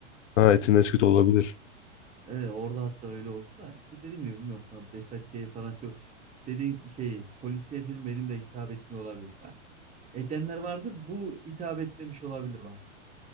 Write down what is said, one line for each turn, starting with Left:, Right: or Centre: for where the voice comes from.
Left: Ha Etimesgut
Right: He,
Left: olabilir.
Right: he, orada hatta öyle oldu da. İşte dedim ya bilmiyorum. lan, Behzat şey falan çok dediğin şey polisiye film benim de hitap etmiyor olabilir. Bak, Edenler vardır bu hitap etmemiş olabilir bana.